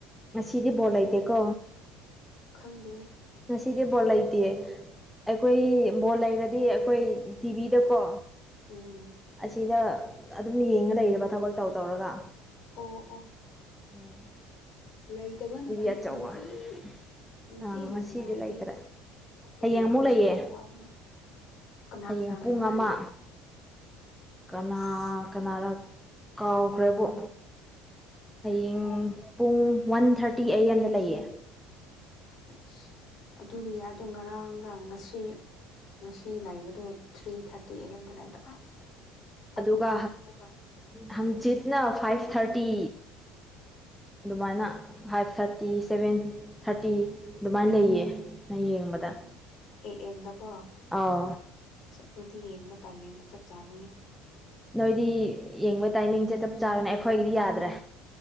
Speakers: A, in the centre; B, on the left (about 45°).
A: ꯉꯁꯤꯗꯤ ꯕꯣꯔꯠ ꯂꯩꯇꯦꯀꯣ
B: ꯈꯪꯗꯦ
A: ꯉꯁꯤꯗꯤ ꯕꯣꯜ ꯂꯩꯇꯦ ꯑꯩꯈꯣꯏ
B: ꯑꯣ ꯑꯣ
A: ꯕꯣꯜ ꯂꯩꯔ ꯍꯥꯏꯗꯤ ꯑꯩꯈꯣꯏ ꯇꯤꯚꯤꯗꯀꯣ
B: ꯎꯝ
A: ꯑꯁꯤꯗ ꯑꯗꯨꯝ ꯌꯦꯡꯉ ꯂꯩ ꯊꯕꯛ ꯇꯧ ꯇꯧꯔꯒ
B: ꯑꯣ ꯑꯣ
A: ꯎꯝ <unintelligible>
B: ꯂꯩꯇꯕꯅ ꯐꯩ ꯅꯨꯡꯇꯤ ꯅꯨꯡꯇꯤꯒꯤ
A: ꯑꯥ ꯉꯁꯤꯗꯤ
B: ꯁꯥꯟꯅꯔꯗꯤ
A: ꯂꯩꯇ꯭ꯔꯦ
B: ꯑꯩꯈꯣꯏ
A: ꯍꯌꯦꯡ
B: ꯌꯦꯡꯕꯁꯤꯡꯁꯨ
A: ꯑꯃꯨꯛ ꯂꯩꯌꯦ
B: ꯋꯥꯒꯅꯤ ꯀꯅꯥ
A: ꯍꯌꯦꯡ
B: ꯀꯅꯥ ꯂꯩꯕ꯭ꯔꯥ
A: ꯄꯨꯡ ꯑꯃ
B: ꯍꯌꯦꯡ
A: ꯀꯅꯥ
B: ꯑꯁ
A: ꯀꯅꯥ ꯀꯥꯎꯈ꯭ꯔꯦꯕ ꯍꯌꯦꯡ
B: ꯑꯣ
A: ꯄꯨꯡ ꯋꯥꯟ ꯊꯥꯔꯇꯤ ꯑꯩ ꯑꯦꯝꯗ ꯂꯩꯌꯦ
B: ꯑꯁ ꯑꯗꯨꯗꯤ ꯌꯥꯏꯗꯣ ꯉꯔꯥꯡꯔꯥꯡ ꯉꯁꯤ ꯉꯁꯤ ꯂꯥꯛꯕꯗꯣ ꯊ꯭ꯔꯤ ꯊꯥꯔꯇꯤ ꯑꯦ ꯑꯦꯝꯗ ꯂꯩꯕꯗ ꯑꯁ ꯑꯗꯨ
A: ꯑꯗꯨꯒ
B: ꯌꯦꯡꯈ꯭ꯔꯒ
A: ꯍꯪꯆꯤꯠꯅ ꯐꯥꯏꯚ ꯊꯥꯔꯇꯤ ꯑꯗꯨꯃꯥꯏꯅ ꯐꯥꯏꯚ ꯊꯥꯔꯇꯤ ꯁꯚꯦꯟ ꯊꯥꯔꯇꯤ ꯑꯗꯨꯃꯥꯏꯅ ꯂꯩꯌꯦ ꯑꯩ ꯌꯦꯡꯕꯗ
B: ꯑꯣ ꯍꯣ ꯑꯦ ꯑꯦꯝꯗꯀꯣ
A: ꯑꯥꯎ
B: ꯑꯁ ꯑꯗꯨꯗꯤ ꯌꯦꯡ ꯇꯥꯏꯃꯤꯡꯗꯨꯣ ꯆꯞ ꯆꯥꯒꯅꯤ
A: ꯅꯣꯏꯗꯤ ꯌꯦꯡꯕ ꯇꯥꯏꯃꯤꯡꯁꯦ ꯆꯞ ꯆꯥꯕꯅꯦ ꯑꯩꯈꯣꯏꯒꯤꯗꯤ ꯌꯥꯗ꯭ꯔꯦ